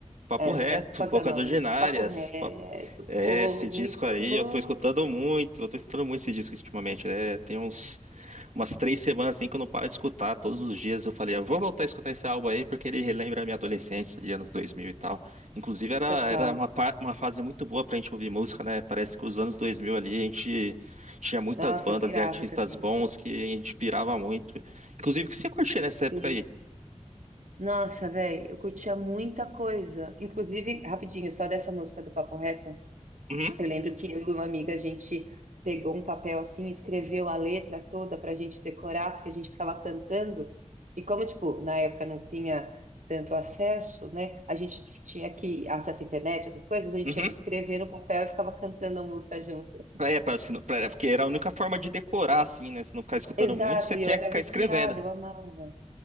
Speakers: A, on the right; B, on the right.
A: Papo
B: Essa,
A: reto,
B: qual
A: bocas
B: que é o nome?
A: ordinárias.
B: Papo reto,
A: É,
B: pô,
A: esse disco
B: muito
A: aí
B: bom.
A: eu tô escutando muito, eu tô escutando muito esse disco ultimamente, né? Tem uns, umas três semanas assim que eu não paro de escutar todos os dias. Eu falei, eu vou voltar a escutar esse álbum aí porque ele relembra a minha adolescência de anos 2000 e tal. Inclusive era,
B: Total.
A: era uma, pa- uma fase muito boa pra gente ouvir música, né? Parece que os anos 2000 ali a gente tinha muitas
B: Nossa,
A: bandas
B: eu pirava
A: de artistas
B: também.
A: bons que a gente pirava muito. Inclusive, o que você curtia nessa época
B: Sim.
A: aí?
B: Nossa, velho, eu curtia muita coisa. Inclusive, rapidinho, só dessa música do Papo Reto.
A: Uhum,
B: Eu lembro que eu e uma amiga, a gente pegou um papel assim, escreveu a letra toda para a gente decorar, porque a gente ficava cantando. E como, tipo, na época não tinha tanto acesso, né? A gente tinha que, acesso à internet, essas coisas, a gente
A: uhum.
B: tinha que escrever no papel e ficava cantando a música junto.
A: É, pra, se pra- porque era a única forma de decorar, assim, né? Se não ficar escutando
B: Exato,
A: muito, você tinha
B: e eu era
A: que ficar
B: viciada,
A: escrevendo.
B: eu amava.